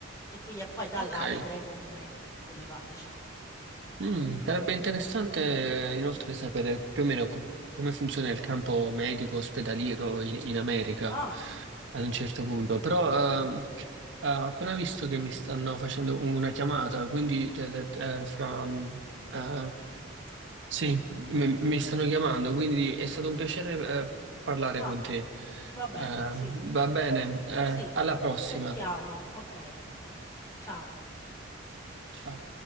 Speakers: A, on the left (about 15°); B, on the right (about 65°).
A: e quindi e poi da
B: Ok.
A: là vedremo come come va diciamo.
B: Mm, sarebbe interessante eh, inoltre sapere più o meno co- come funziona il campo medico ospedaliero in, in America
A: Ah.
B: ad un certo punto. Però ehm, eh, ho appena visto che mi stanno facendo una chiamata, quindi eh, eh, fra... mm, eh, Sì,
A: Sì.
B: mi, mi stanno chiamando, quindi è stato un piacere, eh, parlare
A: Ah,
B: con te.
A: ah. Va bene,
B: Eh,
A: sì.
B: va bene, eh,
A: Sì,
B: alla prossima.
A: ci sentiamo. Okay, ciao.
B: Ciao.